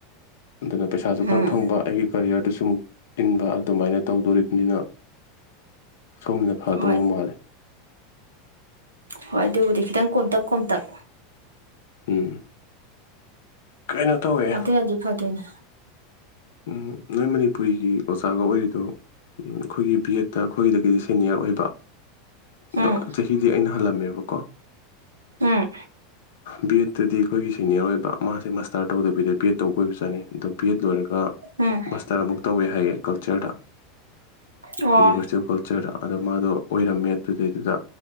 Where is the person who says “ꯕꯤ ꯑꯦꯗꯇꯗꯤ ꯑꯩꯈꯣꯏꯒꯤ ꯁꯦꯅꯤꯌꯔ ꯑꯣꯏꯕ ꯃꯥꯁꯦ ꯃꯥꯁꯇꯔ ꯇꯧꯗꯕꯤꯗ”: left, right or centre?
Left